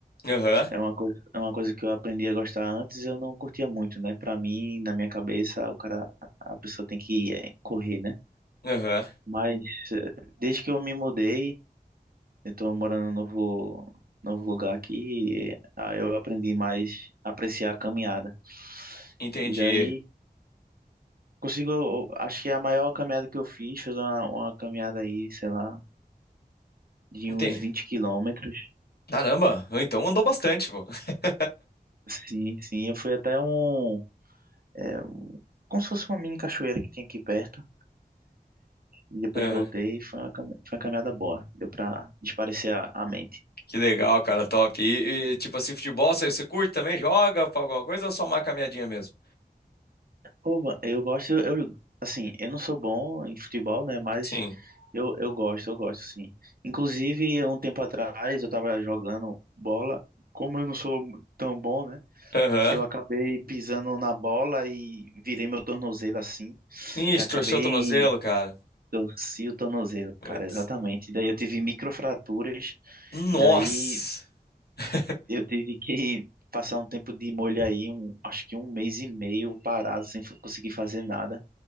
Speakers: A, on the left (about 75°); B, on the right (about 65°).
A: Aham,
B: É uma coisa, é uma coisa que eu aprendi a gostar antes, eu não curtia muito, né? Pra mim, na minha cabeça, o cara, a pessoa tem que eh, correr, né?
A: aham.
B: Mas eh, desde que eu me mudei, eu tô morando num novo, novo lugar aqui, e, ah, eu aprendi mais a apreciar a caminhada.
A: Entendi.
B: E daí consigo, acho que a maior caminhada que eu fiz foi uma, uma caminhada aí, sei lá, de
A: Entendi.
B: uns 20 quilômetros.
A: Caramba, então andou bastante, pô. <laughs>
B: Sim, sim, eu fui até um, eh, como se fosse uma mini cachoeira que tinha aqui perto. E depois
A: Aham.
B: voltei e foi uma, cami- foi uma caminhada boa. Deu pra desaparecer a, a mente.
A: Que legal, cara, top. E, e, tipo assim, futebol, você, você curte também? Joga pra alguma coisa ou só uma caminhadinha mesmo?
B: Pô, eu gosto, eu, assim, eu não sou bom em futebol, né? Mas
A: Sim.
B: eu, eu gosto, eu gosto, sim. Inclusive, um tempo atrás, eu tava jogando bola. Como eu não sou tão bom, né?
A: Aham.
B: Eu acabei pisando na bola e virei meu tornozelo assim.
A: Ih,
B: Eu acabei,
A: torceu o tornozelo, cara.
B: torci o tornozelo,
A: Putz.
B: cara, exatamente. Daí eu tive microfraturas.
A: Nossa!
B: E daí
A: <laughs>
B: eu tive que passar um tempo de molho aí, um, acho que um mês e meio parado, sem f- conseguir fazer nada.